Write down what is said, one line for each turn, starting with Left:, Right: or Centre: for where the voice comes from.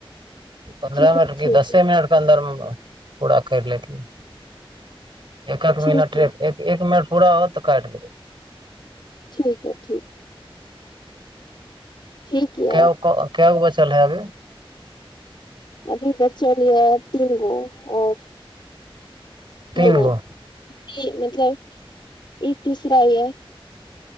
Right: पन्द्रह
Left: ठीक
Right: मिनट क
Left: ठीक
Right: दसे
Left: है
Right: मिनट के अन्दरमे पूराा करि लेकेै एक एक
Left: ठीक
Right: मिनट
Left: य
Right: एक एक मिनट पूरा हो तऽ कायट देबैय
Left: ठीक ह ठीक ठीक य
Right: के गो क के गो चल आब
Left: अभी बचल य तीनगो आओर दूगो
Right: तीन गो
Left: इ मतलब इ तीसरा हियै